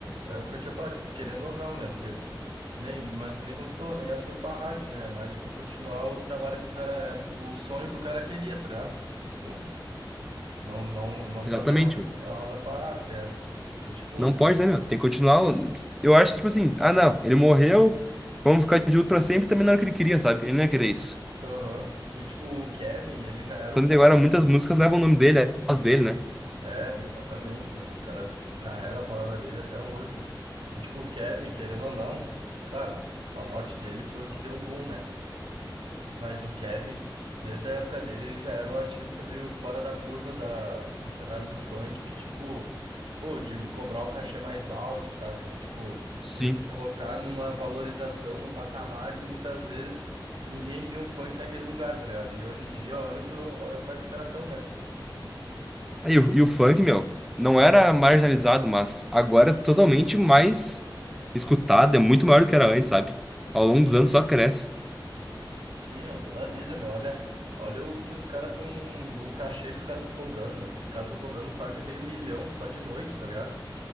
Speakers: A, on the right (about 85°); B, in the centre.
A: É, é o que eu tinha falado, tipo, querendo ou não, né? Porque. Nem, mas que nem como tu falou, nem é surfar hype, né? Mas, tipo, continuar o trabalho que o cara. é- O sonho que o cara queria, tá ligado? Tipo, não, não, não
B: Exatamente,
A: fazer a roda,
B: meu.
A: de- a roda parar, tá ligado? E, tipo.
B: Não pode, né, meu? Tem que continuar. Eu acho que, tipo assim, ah, não, ele morreu, vamos ficar de luto pra sempre, também não era o que ele queria, sabe? Ele não ia querer isso.
A: Aham. E, tipo, o Kevin, ele já era
B: Tanto
A: o cara.
B: que agora muitas músicas levam o nome dele, a voz dele, né?
A: É, exatamente, meu. Os caras carregam a palavra dele até hoje, meu. E tipo, o Kevin, querendo ou não, claro, com a morte dele foi o que deu o boom, né? Mas o Kevin, desde a época dele, ele já era um artista meio fora da curva da, do cenário do funk, de tipo, pô, de cobrar o cachê mais alto, sabe? De tipo,
B: Sim.
A: de se colocar numa valorização, num patamar que muitas vezes ninguém via o funk naquele lugar, tá ligado? E hoje em dia, olha o que, o- olha como é que os caras estão, né?
B: aí o, e o funk, meu, não era marginalizado, mas agora é totalmente mais escutado, é muito maior do que era antes, sabe? Ao
A: Sim,
B: longo dos anos
A: meu.
B: só cresce.
A: Sim, meu, toda a vida, meu. Olha, olha o que os caras estão. O cachê que os caras estão cobrando, meu. Os caras estão cobrando quase meio milhão só de noite, tá ligado?